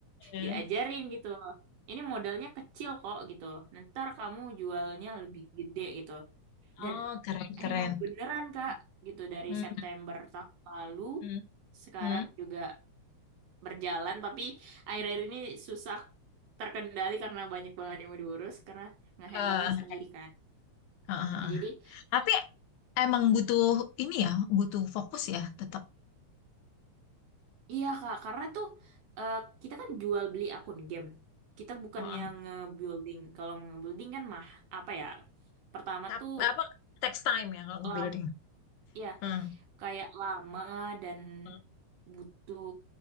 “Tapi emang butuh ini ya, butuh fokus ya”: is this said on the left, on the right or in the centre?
Left